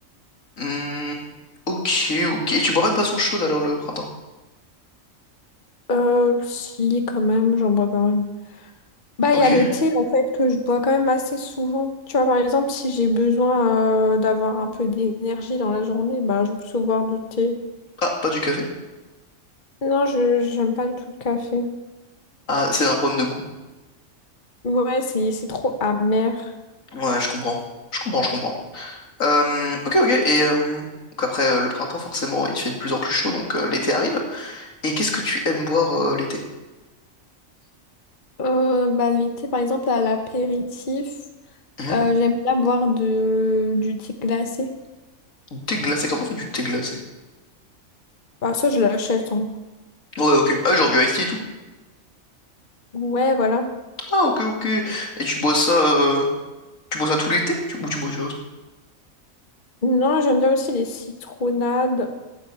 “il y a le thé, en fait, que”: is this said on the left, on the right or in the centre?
Left